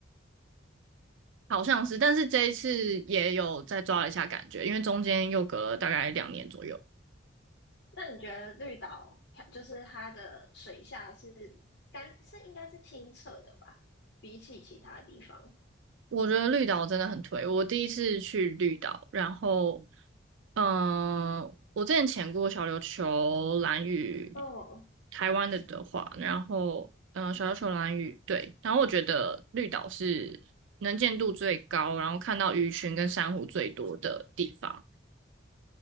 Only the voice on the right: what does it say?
好像是，但是这一次也有再抓了一下感觉，因为中间又隔了大概两年左右。
我觉得绿岛真的很推。我第一次去绿岛，然后，嗯、我之前潜过小琉球、蓝屿，
台湾的的话，然后，嗯、小琉球、蓝屿，对，然后我觉得绿岛是能见度最高，然后看到鱼群跟珊瑚最多的地方。